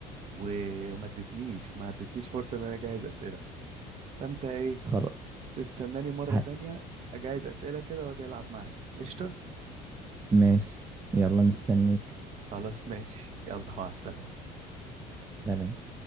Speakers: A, on the right; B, on the right.
A: وما ادتنيش ما ادتنيش فرصة ان انا اجهز اسئلة فانت ايه
B: خلاص
A: تستناني مرة
B: ه-
A: تانية أجهز أسئلة كده وأجي ألعب معاك قشطة
B: ماشي يلا مستنيك
A: خلاص ماشي يلا مع السلامة
B: سلام